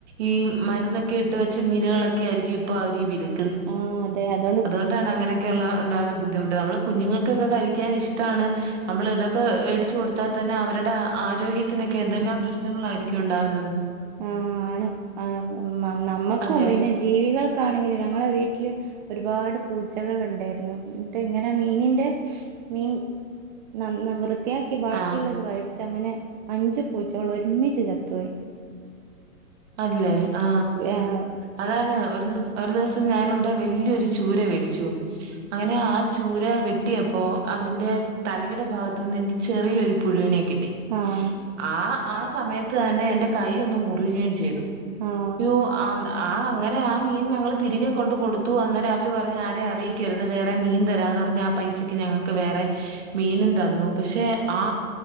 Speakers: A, on the right; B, on the right.
A: ഈ മരുന്നൊക്കെ ഇട്ട് വെച്ച മീനുകളൊക്കെ ആയിരിക്കും ഇപ്പൊ അവര് വിരു
B: ആഹ് അതെ അതോണ്ട്
A: അതുകൊണ്ടാണ് അങ്ങനെയൊക്കെയുള്ളള്ള ഉണ്ടാവുന്ന ബുദ്ധിമുട്ട് നമ്മള് കുഞ്ഞുങ്ങൾക്കൊക്കെ കഴിക്കാൻ ഇഷ്ടമാണ് നമ്മൾ ഇതൊക്കെ ഇപ്പ വേടിച്ചു കൊടുത്താൽ തന്നെ അവരുടെ ആരോഗ്യത്തിനൊക്കെ എന്തെല്ലാം പ്രശ്നങ്ങളായിരിക്കും ഉണ്ടാവുന്നത്
B: ആ ആണ് ആ മ നമ്മുക്കും
A: അതെ
B: പിന്നെ ജീവികൾ ആണെങ്കിൽ ഞങ്ങളെ വീട്ടില് ഒരുപാട് പൂചകൾ ഉണ്ടായിരുന്നു എന്നിട്ട് ഇങ്ങനെ മീനിന്റെ മീൻ നന്ന വൃ യാക്കെ ബാക്കിുള്ളത്
A: ആഹ്
B: കഴ് അങ്ങനെ അഞ്ചു പൂച്ചകൾ ഒരുമിച്ച് ചത്തുപോയി.
A: അല്ലെ ആ
B: ഏഹ്
A: അതാണ് ഒരു ഒരു ദിവസം ഞാനിവിടെ വല്ല്യരു ചൂര വെടിച്ചു അങ്ങനെ ആ ചൂര വെ ട്ടിയപ്പോ അതിന്റെ തലയുടെ ഭാഗത്ത്ന്ന് എനിക്ക് ചെറിയൊരു പുഴുവിനെക്ക കിട്ടി ട്ടി
B: ആഹ്
A: ആ ആ സമയത്ത് തന്നെ എന്റെ കൈ ഒന്ന് മുറിഞ്ഞേ ചെയ്തു
B: ആഹ്
A: യ്യോ ആ അങ്ങനെ ആ മീൻ ഞങ്ങൾ തിരികെ കൊണ്ട് കൊടുത്തു അന്നേരം അവര് പറഞ്ഞ് ആരെ അറിയി കരുത് വേറെ മീൻ തരാന്ന് പറഞ്ഞി ആ പൈസക്ക് ഞങ്ങക്ക് വേറെ മീനും തന്നു പക്ഷെ ആ